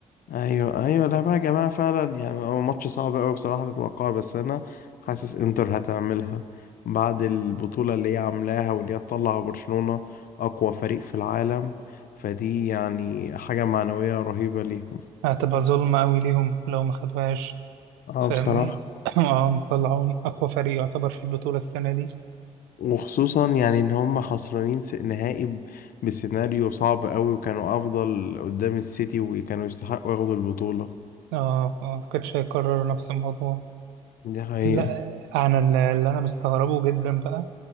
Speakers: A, on the left; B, on the right.
A: ايوه ايوه لا بقى يا جماعه فعلا يعني هو ماتش صعب قوي بصراحه تتوقعه بس انا حاسس انتر هتعملها بعد البطوله اللي هي عاملاها واللي هي تطلع برشلونه اقوى فريق في العالم فدي يعني حاجه معنويه رهيبه ليهم
B: هتبقى ظلمة قوي ليهم لو ما خدوهاش
A: اه
B: فاهمني
A: بصراحه
B: <clears throat> اه مطلعون اقوى فريق يعتبر في البطولة السنة دي
A: وخصوصا يعني ان هم خسرانين س- نهائي ب- بسيناريو صعب قوي وكانوا افضل قدام السيتي وكانوا يستحقوا ياخدوا البطوله
B: اه ما اعتقدش هيكرروا نفس الموضوع
A: دي حقيقه
B: لا انا اللي اللي انا مستغربه جدا بقى